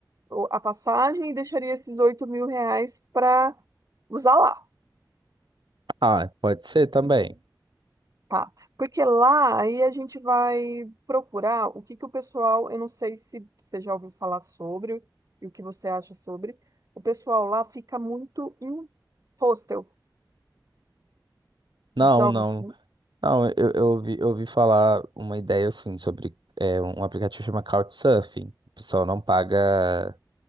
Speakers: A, on the right; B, on the right.
A: o- a passagem e deixaria esses 8 mil reais para usar lá.
B: Ah, pode ser também.
A: Tá, porque lá aí a gente vai procurar o que que o pessoal, eu não sei se você já ouviu falar sobre e o que você acha sobre. O pessoal lá fica muito em hostel.
B: Não,
A: Já
B: não.
A: ouviu? fa-
B: Não, eu, eu ouvi, eu ouvi falar uma ideia, assim, sobre é, um aplicativo que chama Couchsurfing. O pessoal não paga,